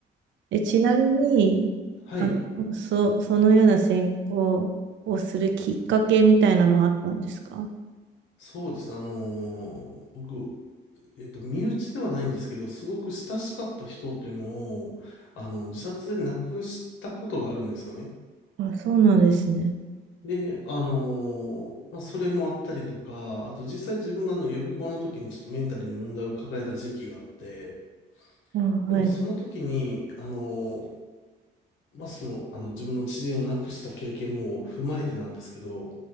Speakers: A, on the right (about 70°); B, on the left (about 80°).
A: え、ちなみに、
B: はい。
A: あの、そ、そのような専攻をするきっかけみたいなのはあったんですか
B: そうです。あのー僕、えっと、身内ではないんですけど、すごく親しかった人っていうのを、あの、自殺で亡くしたことがあるんですよね。
A: あ、そうなんですね。
B: で、あのーまあ、それもあったりとか、あと実際自分があの予備校の時にちょっとメンタルに問題を抱えた時期があって、
A: あ、
B: でもその時に、
A: はい。
B: あのーまあ、その、あの、自分の知人を亡くした経験も踏まえてなんですけど、